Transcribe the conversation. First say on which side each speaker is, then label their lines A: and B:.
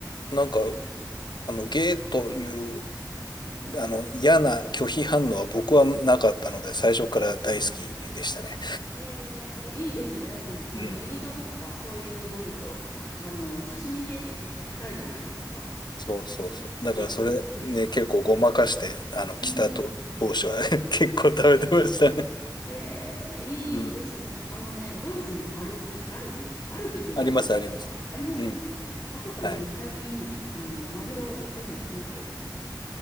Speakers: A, on the left; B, on the left.
A: なんか、
B: ね。
A: あの、ゲーという、
B: うん。
A: あの、嫌な拒否反応は僕はなかったので、最初から大好きでしたね。
B: へえ、いいですね。だって、あの、
A: うん
B: ネギトロとか、そういう、なんだろう。あの、刺身系ってこっち高いじゃないですか。
A: そうそうそう。
B: ね。
A: だからそれね、結構ごまかして、あの、
B: うんうん。
A: 来たと、当初は <laughs> 結構食べてましたね。
B: へえ、いいですね。
A: うん。
B: あのね、ドイツにもアルディ、アルディ、アルディっていうのかな、
A: <laughs> あります、
B: そっちでは。
A: あります。
B: ありますよね。
A: うん。
B: あそこに最近、
A: はい。
B: あの、マグロ売ってるの知ってます